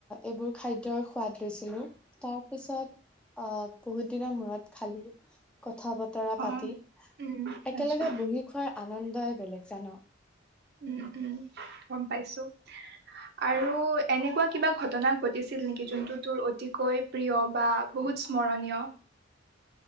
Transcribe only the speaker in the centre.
এইবোৰ খাদ্যৰ সোৱাদ লৈছিলোঁ। তাৰপিছত অ', বহুত দিনৰ মূৰত খালি কথা বত তৰা
পাতি
একেলগে
বহি খোৱাৰ আনন্দই বেলেগ জান?